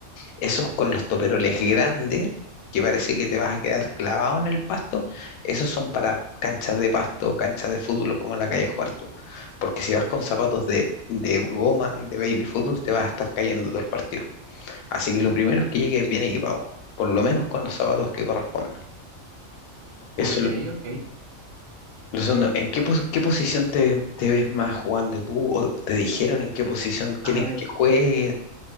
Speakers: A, on the left (about 90°); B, on the right (about 65°).
A: Esos con los toperoles grandes, que parece que te vas a quedar clavado en el pasto, esos son para canchas de pasto, canchas de fútbol como en la calle jugar tú. Porque si vas con zapatos de, de goma, de baby fútbol, te vas a estar cayendo todo el partido. Así que lo primero es que llegues bien equipado, por lo menos con los zapatos que corresponden. Eso
B: ok,
A: es
B: ok.
A: lo segundo. ¿En qué, pos- qué posición te, te ves más jugando tú? ¿O te dijeron en qué posición quieren
B: A ver,
A: que juegues?